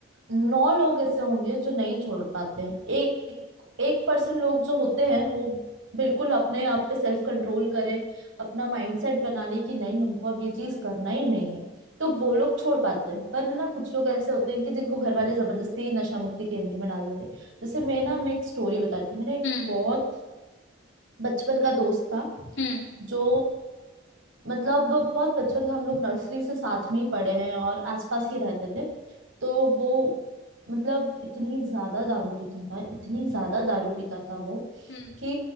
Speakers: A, on the right (about 75°); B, on the left (about 65°).
A: नौ लोग ऐसे होंगे जो नहीं छोड़ पाते हैं एक एक परसेंट लोग जो होते हैं वो बिल्कुल अपने आप पे सेल्फ कंट्रोल करें अपना माइंडसेट बना ले कि नहीं हमको अब ये चीज करना ही नहीं है तो वो लोग छोड़ पाते हैं पर है ना कुछ लोग ऐसे होते हैं कि जिनको घर वाले जबरदस्ती नशा मुक्ति केंद्र में डाल देते हैं जैसे मैं ना मैं एक स्टोरी बताती हूँ मेरा एक
B: हम्म
A: बहुत बचपन का दोस्त था
B: हम्म
A: जो मतलब बहुत बचपन का हम लोग नर्सरी से साथ में ही पढ़े हैं और आसपास ही रहते थे तो वो मतलब इतनी ज्यादा दारू पीता था इतनी ज्यादा दारू पीता था वो
B: हम्म
A: कि